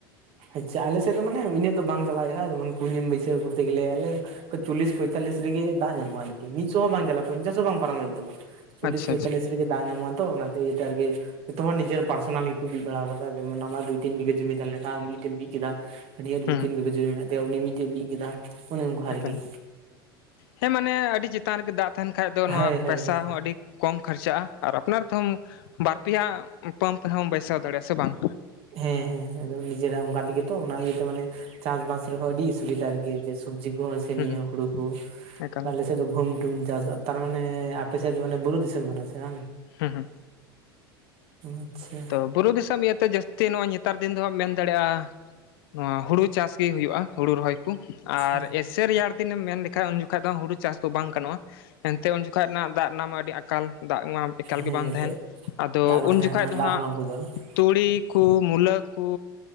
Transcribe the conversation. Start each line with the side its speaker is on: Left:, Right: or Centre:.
Right: ᱟᱪᱪᱷᱟ ᱟᱞᱮ ᱥᱮᱫ ᱫᱚ ᱢᱟᱱᱮ ᱤᱱᱟᱹᱜ ᱫᱚ ᱵᱟᱝ ᱡᱟᱞᱟᱣ ᱦᱩᱭᱩᱜᱼᱟ ᱡᱮᱢᱚᱱ ᱠᱩᱧᱮᱢ ᱵᱟᱹᱭᱥᱟᱹᱣ ᱠᱚᱨᱛᱮ ᱜᱮᱞᱮ ᱟᱞᱮᱼᱼ ᱚᱱᱠᱟ ᱪᱚᱞᱞᱤᱥ ᱯᱚᱭᱛᱟᱞᱞᱤᱥ ᱨᱮᱜᱮ ᱫᱟᱜ ᱧᱟᱢᱚᱜᱼᱟ ᱟᱨᱠᱤ ᱢᱤᱫ ᱥᱚ ᱦᱚᱸ ᱵᱟᱝ ᱡᱟᱞᱟᱜ᱾ ᱯᱚᱧᱪᱟᱥ ᱦᱚᱸ ᱵᱟᱝ ᱯᱟᱨᱚᱢᱚᱜ ᱦᱩᱭᱩᱜ ᱛᱟᱢᱟ ᱪᱚᱞᱞᱤᱥ
Left: ᱟᱪᱪᱷᱟ
Right: ᱯᱚᱸᱭᱛᱟᱞᱞᱤᱥ
Left: ᱟᱪᱪᱷᱟ
Right: ᱨᱮᱜᱮ ᱫᱟᱜ ᱧᱟᱢᱚᱜᱼᱟ ᱛᱚ ᱚᱱᱟᱛᱮ ᱤᱭᱟᱹ ᱛᱮ ᱟᱨᱠᱤᱼᱼ ᱡᱚᱛᱚ ᱦᱚᱲ ᱱᱤᱡᱮᱨ ᱯᱟᱨᱥᱚᱱᱟᱞ ᱜᱮᱠᱚ ᱵᱤᱫ ᱵᱟᱲᱟ ᱟᱠᱟᱫᱟ ᱡᱮᱢᱚᱱ ᱟᱢᱟᱜ ᱫᱩᱭ ᱛᱤᱱ ᱵᱤᱜᱷᱟᱹ ᱡᱩᱢᱤ ᱛᱟᱦᱮᱸ ᱞᱮᱱᱠᱷᱟᱱ ᱢᱤᱫᱴᱮᱱ᱾ ᱵᱤᱫ ᱠᱮᱫᱟ ᱦᱟᱱᱤᱭᱟᱜ ᱫᱩᱭ
Left: ᱦᱩᱸ
Right: ᱛᱤᱱ ᱵᱤᱜᱷᱟ ᱡᱚᱢᱤ ᱢᱮᱱᱟᱜ ᱛᱟᱭᱟ ᱩᱱᱤ ᱢᱤᱫᱴᱮᱡ ᱵᱤᱫ ᱠᱮᱫᱟ᱾ ᱚᱱᱮ ᱚᱱᱠᱟ
Left: ᱮᱠᱟᱞ
Right: ᱟᱨᱠᱤ
Left: ᱦᱮᱸ ᱢᱟᱱᱮ ᱟᱰᱤ ᱪᱮᱛᱟᱱ ᱨᱮᱜᱮ ᱫᱟᱜ ᱛᱟᱦᱮᱱ ᱠᱷᱟᱡ ᱫᱚ ᱱᱚᱣᱟ
Right: ᱦᱳᱭ
Left: ᱯᱚᱭᱥᱟ
Right: ᱦᱳᱭ ᱦᱳᱭ
Left: ᱦᱚᱸ ᱟᱰᱤᱼᱼ ᱠᱚᱢ ᱠᱷᱚᱨᱪᱟᱜᱼᱟ ᱟᱨ ᱟᱯᱱᱟᱨ ᱛᱮᱦᱚᱸ ᱵᱟᱨ ᱯᱮᱭᱟ ᱯᱟᱢᱯ ᱨᱮᱦᱚᱢ ᱵᱟᱹᱭᱥᱟᱣ ᱫᱟᱲᱮᱭᱟᱜᱼᱟ ᱥᱮ ᱵᱟᱝᱼᱼ
Right: ᱦᱮᱸ ᱦᱮᱸ ᱟᱫᱚ ᱱᱤᱡᱮᱨᱟᱜ ᱚᱱᱠᱟ ᱛᱮᱜᱮ ᱛᱚ ᱚᱱᱟ ᱤᱭᱟᱹᱛᱮ ᱢᱟᱱᱮᱼᱼ ᱪᱟᱥᱵᱟᱥ ᱨᱮᱦᱚᱸ ᱟᱹᱰᱤ ᱥᱩᱵᱤᱫᱟ ᱟᱨᱠᱤ ᱡᱮ ᱥᱚᱵᱡᱤ ᱠᱚᱦᱚᱸ ᱥᱮ
Left: ᱦᱩᱸ
Right: ᱱᱤᱭᱟᱹ
Left: ᱦᱩᱸ
Right: ᱦᱩᱲᱩ ᱠᱚ
Left: ᱮᱠᱟᱞ
Right: ᱟᱦᱞᱮᱥᱮᱫ ᱫᱚ ᱜᱩᱢᱼᱼ ᱛᱩᱢ ᱪᱟᱥ ᱛᱟᱨ ᱢᱟᱱᱮ ᱟᱯᱮ ᱥᱮᱫ ᱫᱚ ᱢᱟᱱᱮ ᱵᱩᱨᱩ ᱫᱤᱥᱚᱢ ᱠᱟᱱᱟ ᱥᱮ ᱦᱟᱝ?
Left: ᱦᱩᱸ ᱦᱩᱸ
Right: ᱟᱪᱪᱷᱟ
Left: ᱛᱚ ᱵᱩᱨᱩ ᱫᱤᱥᱚᱢ ᱤᱭᱟᱹᱛᱮ ᱡᱟᱹᱥᱛᱤ ᱱᱚᱜ-ᱚᱭ ᱱᱮᱛᱟᱨ ᱫᱤᱱ ᱫᱚ ᱦᱚᱸ ᱮᱢ ᱢᱮᱱ ᱫᱟᱲᱮᱭᱟᱜ-ᱟ᱾ ᱱᱚᱣᱟ ᱦᱩᱲᱩ ᱪᱟᱥ ᱜᱮ ᱦᱩᱭᱩᱜ-ᱟ ᱦᱩᱲᱩ ᱨᱚᱦᱚᱭ ᱠᱚ
Right: ᱟᱪᱪᱷᱟ
Left: ᱟᱨ ᱮᱥ ᱥᱮ ᱨᱮᱭᱟᱲ ᱫᱤᱱ ᱮᱢ ᱢᱮᱱ ᱞᱮᱠᱷᱟᱱ ᱩᱱ ᱡᱚᱠᱷᱟᱡ ᱫᱚ ᱦᱩᱲᱩ ᱪᱟᱥ ᱫᱚ ᱵᱟᱝ ᱜᱟᱱᱚᱜ-ᱟ ᱮᱱᱛᱮ ᱩᱱ ᱡᱚᱠᱷᱟᱱ ᱚᱱᱟ ᱫᱟᱜ ᱨᱮᱱᱟᱜ ᱢᱟ ᱟᱹᱰᱤ ᱟᱠᱟᱞ ᱫᱟᱜ ᱢᱟ ᱮᱠᱟᱞ
Right: ᱦᱮᱸ
Left: ᱜᱮ ᱵᱟᱝ
Right: ᱮᱱᱛᱮᱫ
Left: ᱛᱟᱦᱮᱱ ᱟᱫᱚ
Right: ᱫᱟᱜ ᱵᱟᱝ
Left: ᱩᱱ
Right: ᱛᱟᱦᱮᱱᱟ
Left: ᱡᱚᱠᱷᱟᱡ ᱫᱚ ᱦᱟᱸᱜ
Right: <inaudible>
Left: ᱛᱩᱲᱤ ᱠᱩ ᱢᱩᱞᱟᱹ ᱠᱩ